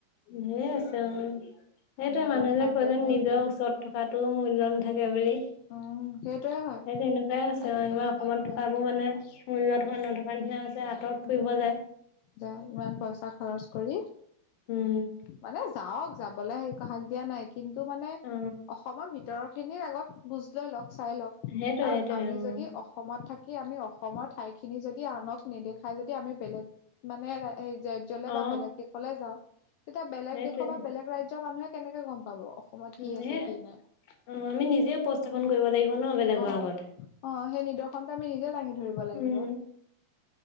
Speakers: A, on the left (about 65°); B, on the left (about 85°).
A: ধেৰ আছে উম সেইটোয়ে
B: মদন
A: মানুহবিলাক
B: কামদেৱ
A: কৈ যে
B: মন্দিৰ
A: নিজৰ ওচৰত থকাটো মূল্য নেথাকে থাকে বুলি
B: উম সেইটোৱে হয়
A: সেই তেনেকুৱাই আছে
B: আজিকালি
A: আমাৰ অসমত
B: মানুহে
A: থকাবোৰ মানে মূল্য থকা নথকা নিচিনা হৈছে আঁতৰত ফুৰিব
B: উ
A: যায়।
B: যায় ইমান পইচা খৰচ কৰি
A: উম
B: মানে যাওক যাবলৈ সেই হাক দিয়া নাই কিন্তু মানে
A: অ'
B: অসমৰ ভিতৰত খিনিৰ আগত বুজ লৈ লওক চাই লক
A: সেইটোৱে
B: কাৰণ
A: সেইটোৱে
B: আমি
A: অ'
B: যদি অসমত থাকি আমি অসমৰ ঠাইখিনি খিনি যদি আনক নেদেখাই যদি আমি বেলেগ মানে এই ৰাজ্যলে
A: অ'
B: বা বেলেগ দেশলৈ যাওঁ তেতিয়া বেলেগ
A: সেইটোৱে
B: দেশৰ বা বেলেগ ৰাজ্যৰ মানুহে কেনেকে গম পাব অসমত কি
A: উম
B: আছে
A: সে
B: কি নাই
A: অ আমি নিজে উপস্থাপন কৰিব লাগিব ন বেলেগৰ
B: অ
A: আগত।
B: অ সেই নিদৰ্শনটো আমি নিজেও দাঙি ধৰিব লাগিব
A: উম